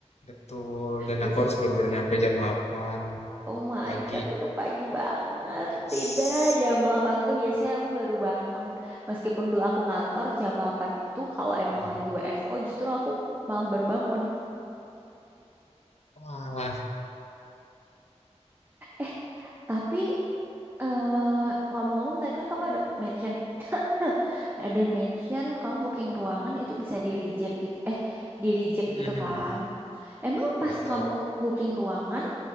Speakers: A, on the left (about 70°); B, on the right (about 20°).
A: Betul, dan
B: Besok
A: aku harus
B: aku
A: baru-baru
B: seru.
A: nyampe jam 8
B: Oh my
A: pagi.
B: God, itu pagi banget.
A: Yes.
B: Tidak, jam delapan tuh biasanya aku baru bangun. Meskipun dulu aku ngantor, jam delapan itu kalau emang
A: Nah,
B: lagi WFO justru aku malah baru bangun.
A: Wah,
B: Eh, tapi eh, ngomong-ngomong tadi kan kamu ada mention, <clears throat> <laughs> ada mention kamu booking ruangan itu bisa di reject gitu. Eh, di reject
A: Mhm.
B: gitu kan. Emang pas
A: betul.
B: kamu booking ruangan,